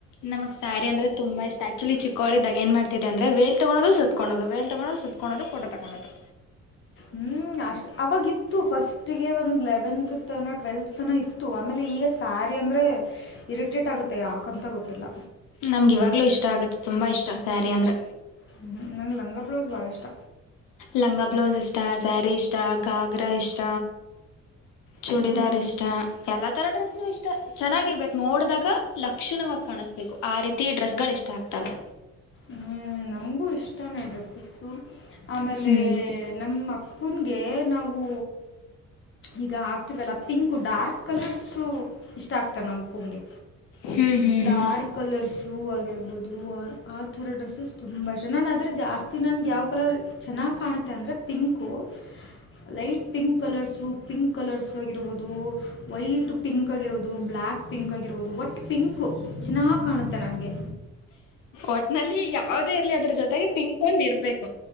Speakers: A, on the left (about 80°); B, on the left (about 40°).
A: ನಮ್ ಸ್ಯಾರಿ ಅಂದ್ರ ತುಂಬಾ ಇಷ್ಟ ಆಕ್ಚುಲಿ ಚಿಕ್ಕೋಳದಾಗ ಏನ್ ಮಾಡ್ತಿದೆ ಅಂದ್ರ ವೇಲ್ ತಗೋದು ಸತ್ಕೋದು ವೇಲ್ ತಗೋದು ಸ.. ತಕೊಳ್ಳಳೋದು ಕೋಟ ತಗೊೊಳ್ಳೋದು.
B: ಹ್ಮ್ ಅಷ್ಟ ಅವಾಗಿತ್ತು ಫಸ್ಟ್.. ಒಟ್ಟಿಗೆ ಒಂದು ಲೆವೆಂತ್ ತನ ಟ್ವೆಲ್ತ್ ತನ ಇತ್ತು ಆಮೇಲೆ ಈಗ ಸ್ಯಾರಿ ಅಂದರೆ.. ಇರಿಟೇಟ್ ಆಗುತ್ತೆ ಯಾಕಂತ ಗೊತ್ತಿಲ್ಲ.
A: ನಮ್ಗೆ ಇವಾಗ್ಲೂ ಇಷ್ಟ ಆಗುತ್ತೆ ತುಂಬಾ ಇಷ್ಟ ಸ್ಯಾರಿ ಅಂದ್ರೆ.
B: ಹ್ ನಂಗೆ ಲಂಗ ಬ್ಲೌಸ್ ಭಾಳ ಇಷ್ಟ.
A: ಲಂಗ ಬ್ಲೌಸ್ ಇಷ್ಟ ಸ್ಯಾರಿ ಇಷ್ಟ ಖಾಗ್ರಾ ಇಷ್ಟ. ಚೂಡಿದಾರ್
B: ಹ್ಮ್
A: ಇಷ್ಟ ಎಲ್ಲಾ ತರ ಡ್ರೆಸ್ನು ಇಷ್ಟ.. ಚೆನ್ನಾಗಿರ್ಬೇಕು ನೋಡ್ದಾಗ ಲಕ್ಷಣವ ಕಾಣಿಸ್ಬೇಕು ಆ ರೀತಿ ಡ್ರೆಸ್ಗಳು ಇಷ್ಟ ಆಗ್ತವೆ.
B: ಹೂ ನಮ್ಗೂ ಇಷ್ಟೇನೆ ಡ್ರೆಸ್ಸಸ್ಸು ಆಮೇಲೆ..
A: ಹ್ಮ್
B: ನಮ್ಮ ಅಪ್ಪನ್ಗೆ ನಾವು. ಈಗ ಹಾಕ್ತಿವಲ್ಲ ಪಿಂಕ್ ಡಾರ್ಕ್ ಕಲರ್ಸ್.. ತು ಇಷ್ಟ ಆಗ್ತದೆ ನಮ್ಮ ಆಪೂಂಗೆ
A: ಹ್ಮ್ ಹ್ಮ್
B: ಡಾರ್ಕ್.
A: ಹ್ಮ್
B: ಕಲರ್ಸು ಆಗಿರ್ಬೋದು ಆ ಥರ ಡ್ರೆಸ್ಸಸ್. ತುಂಬ ಇಷ್ಟ ನಾನು ಅತ್ರಾ ಜಾಸ್ತಿ ನನ್ಗೆ ಯಾವ ಕಲರ್ ಚೆನ್ನಾಗಿ್ ಕಾಣುತ್ತೆ ಅಂದ್ರೆ pink. Light pink colours. So pink colours ಆಗಿರಬಹದು ವೈಟ್ ಪಿಂಕ್ ಆಗಿರಬಹುದು ಬ್ಲ್ಯಾಕ್. ಪಿಂಕ್ ಆಗಿರ್ಬೋದು ವಟ್ ಪಿಂಕ್ ಚೆನ್ನಾಗಿ್ ಕಾಣುತ್ತೆ ನನಗೆ.
A: ಒಟ್ನಲ್ಲಿ ಯಾವದೇ ಇರ್ಲಿ ಅದ್ರ ಜೊತೆಗೆ ಪಿಂಕ್ ಒಂದು ಇರ್ಬೇಕು.